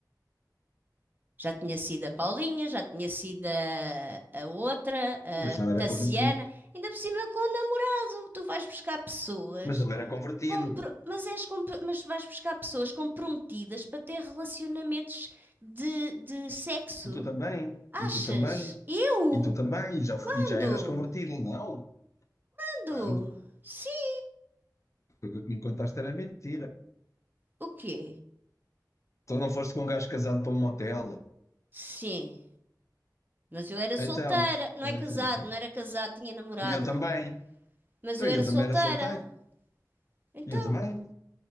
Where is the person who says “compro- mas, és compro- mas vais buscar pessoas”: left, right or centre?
Right